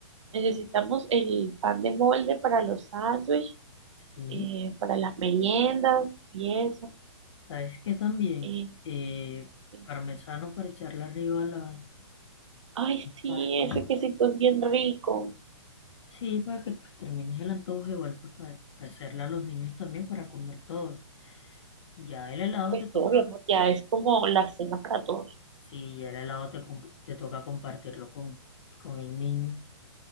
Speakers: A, on the right (about 70°); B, on the left (about 65°).
A: Necesitamos el pan de molde para los sándwiches,
B: Sí.
A: eh, para las meriendas y eso.
B: ¿Sabes qué también?
A: Eh,
B: Eh,
A: eh,
B: parmesano para echarle arriba a la
A: ay, sí,
B: pasta.
A: ese quesito es bien rico.
B: Sí, para que pues termines el antojo, igual pues para, para hacerle a los niños también para comer todos. Ya el helado
A: Pues
B: te toca,
A: todo, mi amor, ya es como la cena para todos.
B: sí, ya el helado te, comp- te toca compartirlo con, con el niño.